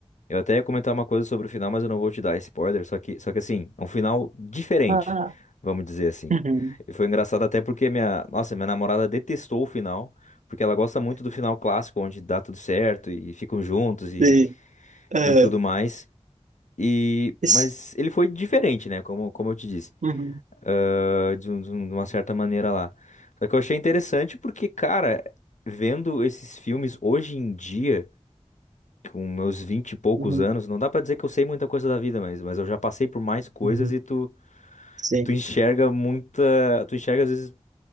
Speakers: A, on the left; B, on the right.
A: Eu até ia comentar uma coisa sobre o final, mas eu não vou te dar spoiler. Só que, só que assim, é um final diferente,
B: Ah.
A: vamos dizer assim.
B: Uhum.
A: E foi engraçado até porque minha. Nossa, minha namorada detestou o final. Porque ela gosta muito do final clássico, onde dá tudo certo e ficam juntos e,
B: Sim. Aham.
A: e tudo mais. E,
B: Isso.
A: mas ele foi diferente, né? Como, como eu te disse,
B: Uhum.
A: ah, de, um- de um- de uma certa maneira lá. Só que eu achei interessante porque, cara, vendo esses filmes hoje em dia, com meus vinte e poucos
B: Uhum.
A: anos, não dá pra dizer que eu sei muita coisa da vida, mas, mas eu já passei por mais coisas
B: Uhum.
A: e tu,
B: Sim,
A: tu enxerga muita, tu enxerga às vezes